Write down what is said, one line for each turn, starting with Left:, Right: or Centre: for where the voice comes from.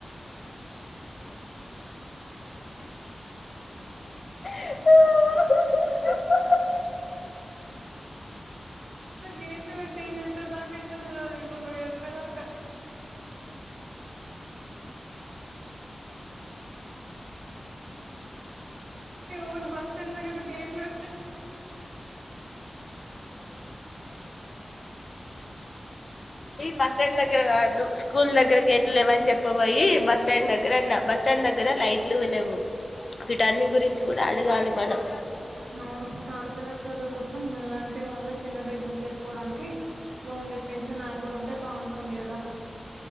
Left: ఇ
Right: గేట్లో పెట్టి చెస్తారు నాకైతే తెలివదు ఇప్పుడు ను చెప్పేదాక పూర్ బస్ స్టాండ్లోగది గలు
Left: బస్టాండ్ దగ్గర వాడుతూ స్కూల్ దగ్గర గేట్లు లేవని చెప్పబయి బస్ స్టాండ్ దగ్గర అన్న బస్ స్టాండ్ దగ్గర లైట్లు లేవు వీటన్ని గురించి కూడా అడగాలి మనం
Right: నా ఆ ఆడపిల్లల చదువు కోసం మనలాంటి వాళ్ళు చిన్న బిజినెస్ చేసుకోవడానికి లోన్ ఇప్పించే నాయకుడు ఉంటే బాగుంటుంది కదా